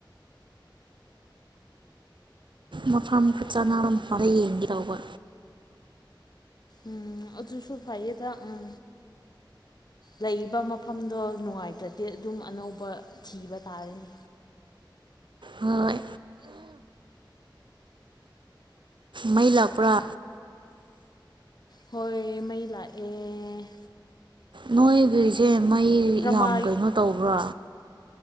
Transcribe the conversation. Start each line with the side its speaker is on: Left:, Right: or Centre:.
Right: ꯃꯐꯝ ꯈꯨꯔ <unintelligible> ꯐꯔ ꯌꯦꯡꯒꯦꯇꯧꯕ
Left: ꯎꯝ ꯑꯗꯨꯖꯁꯨ ꯐꯌꯦꯗ ꯎꯝ ꯂꯩꯕ ꯃꯐꯝꯗꯣ ꯅꯨꯡꯉꯥꯏꯇ꯭ꯔꯗꯤ ꯑꯗꯨꯝ ꯑꯅꯧꯕ ꯊꯤꯕ ꯇꯥꯔꯅꯦ
Right: ꯍꯣꯏ ꯃꯩ ꯂꯥꯛꯄ꯭ꯔꯥ
Left: ꯍꯣꯏ ꯃꯩ ꯂꯥ ꯑꯦ
Right: ꯅꯣꯏꯒꯤꯁꯦ ꯃꯩ
Left: ꯗ꯭ꯔꯃꯥ
Right: ꯌꯥꯝ ꯀꯩꯅꯣ ꯇꯧꯕ꯭ꯔꯥ